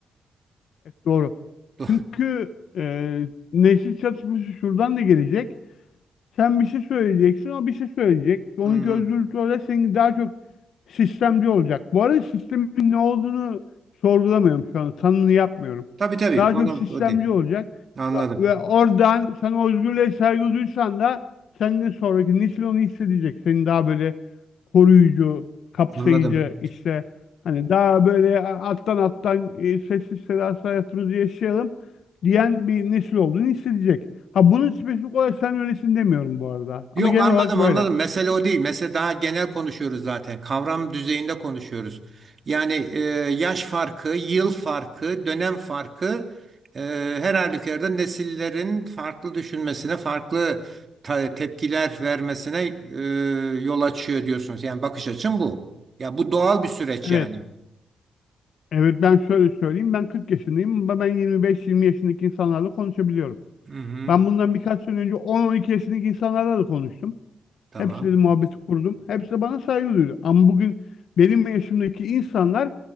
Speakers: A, on the left; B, on the right.
A: Evet, doğru.
B: Do-
A: Çünkü e, nesil çatışması şuradan da gelecek. Sen bir şey söyleyeceksin, o bir şey söyleyecek. Onun
B: Hmm.
A: özgürlükleri olarak senin daha çok sistemci olacak. Bu arada sistemin ne olduğunu sorgulamıyorum şu anda. Tanını yapmıyorum.
B: Tabii tabii
A: Daha
B: konu
A: çok sistemci
B: o değil.
A: olacak.
B: Anladım.
A: Ve ve oradan sen o özgürlüğe saygı duysan da senden sonraki nesil onu hissedecek. Seni daha böyle koruyucu, kapsayıcı
B: Anladım.
A: işte hani daha böyle alttan alttan e, sessiz sedasız hayatımızı yaşayalım diyen bir nesil olduğunu hissedecek. Ha bunu spesifik olarak sen öylesin demiyorum bu arada.
B: Yok
A: Ama genel
B: anladım
A: olarak böyle.
B: anladım. Mesele o değil. Mesele daha genel konuşuyoruz zaten. Kavram düzeyinde konuşuyoruz. Yani e, yaş farkı, yıl farkı, dönem farkı e, her halükarda nesillerin farklı düşünmesine, farklı ta- tepkiler vermesine e, yol açıyor diyorsunuz. Yani bakış açım bu. Ya bu doğal bir süreç
A: Evet.
B: yani.
A: Evet ben şöyle söyleyeyim. Ben 40 yaşındayım ama ben 25-20 yaşındaki insanlarla konuşabiliyorum.
B: Hı hı.
A: Ben bundan birkaç sene önce 10-12 yaşındaki insanlarla da konuştum.
B: Tamam.
A: Hepsiyle de muhabbeti kurdum. Hepsi de bana saygı duydu. Ama bugün benim yaşımdaki insanlar